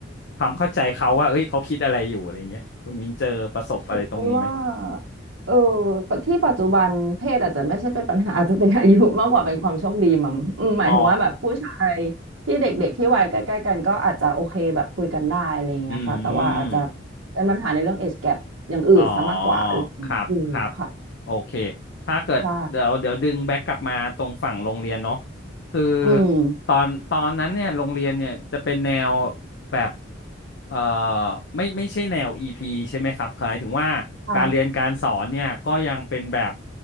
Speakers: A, on the left; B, on the right.
A: ความเข้าใจเขาว่าเอ้ยเขาคิดอะไรอยู่อะไรเงี้ยคุณมินเจอประสบอะไรตรงนี้ไหม
B: ฉันว่าเออที่ปัจจุบันเพศอาจจะไม่ใช่เป็นปัญหา <laughs> อาจจะเป็นอายุมากกว่าเป็นความโชคดีมั้งอืมหมายถึงว่าแบบผู้ชาย
A: อ๋อ
B: ที่เด็กๆที่วัยใกล้ๆกันก็อาจจะโอเคแบบคุยกันได้อะไรอย่างเงี้ยค่ะแต่ว่าอาจจะ
A: อืม
B: เป็นปัญหาในเรื่อง age gap อย่างอื่นซะมากกว่าอะไรอย่างเงี้ยอืมค่ะ
A: อ๋อครับครับโอเคถ้าเกิดเดี๋ยวเดี๋ยวดึงแบ็กกลับมาตรงฝั่งโรงเรียนเนาะ
B: ใช่
A: คือ
B: อืม
A: ตอนตอนนั้นเนี่ยโรงเรียนเนี่ยจะเป็นแนวแบบเอ่อไม่ไม่ใช่แนวอีพีใช่ไหมครับหมายถึงว่าการเรียนการสอนเนี่ยก็ยังเป็นแบบ
B: ใช่